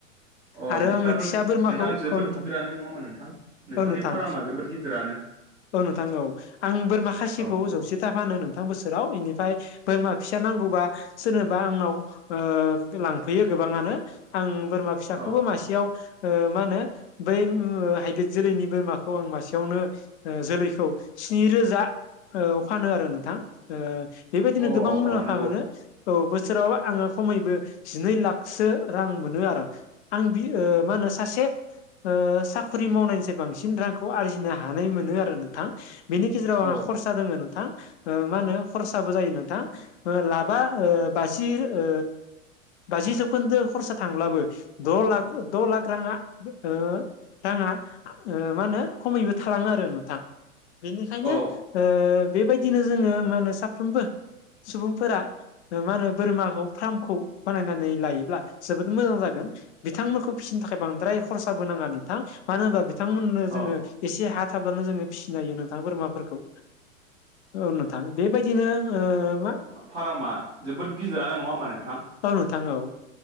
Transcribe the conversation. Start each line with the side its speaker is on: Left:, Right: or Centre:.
Right: अ
Left: आरो
Right: बिदिब्लाथ'
Left: आङो फिसा
Right: नोंथां
Left: बोरमाखौ
Right: जोबोद
Left: औ नोंथां
Right: गिदिरानो नङा ओमबा नोंथां नोंथांनि
Left: औ नोंथां
Right: फारामा जोबोद गिदिरानो
Left: औ नोंथां औ आं बोरमा खासिखौ
Right: औ औ
Left: जौसे था फानो नोंथां बोसोराव इनिफ्राय बोरमा फिसा नांगौबा सोरनोबा आंनाव ओ लांफैयो गोबाङानो आं बोरमा फिसाखौबो
Right: अ
Left: मासेयाव
Right: अ
Left: ओ मा होनो बै हाइब्रिद जोलैनि बोरमाखौ आं मासेयावनो ओ जोलै खौ स्नि रोजा औ फानो आरो नोंथां ओ बेबायदिनो
Right: अ
Left: गोबां मुलाम्फा
Right: अ नंगौ
Left: मोनो औ बोसोराव आङो खमैबो जिनै लाखसो रां मोनो आरो आं बि ओ मा होनो सासे ओ साखरि मावनायनिसाय बांसिन रांखौ आरजिनो हानाय मोनो आरो नों थां बेनि गेजेराव आंहा
Right: औ
Left: खरसा दोङो नोंथां ओ मा होनो खरसाबो जायो नोंथां लाबा ओ बाजि ओ बाजि जौखोन्दो खरसा थांब्लाबो द' लाख द' लाख रांआ ओ रांआ ओ मा होनो खमैबो थालाङो आरो नोंथां बेनिखायनो
Right: औ
Left: ओ बेबायदिनो जोङो मा होनो साफ्रोमबो सुबुंफोरा ओ मा होनो बोरमाखौ फाम्रखौ बानायनानै लायोब्ला जोबोद मोजां जागोन बिथांमोनखौ फिसिनो थाखाय बांद्राय खरसाबो नाङा नोंथां मानो होनबा बिथांमोननो जोङो
Right: औ
Left: एसे हा थाब्लानो जोङो फिसिनो हायो नोंथां बोरमाफोरखौ औ नोंथां बेबायदिनो ओ मा
Right: फारामा जोबोद गिदिरानो नङा होमबा नोंथां
Left: औ नोंथां औ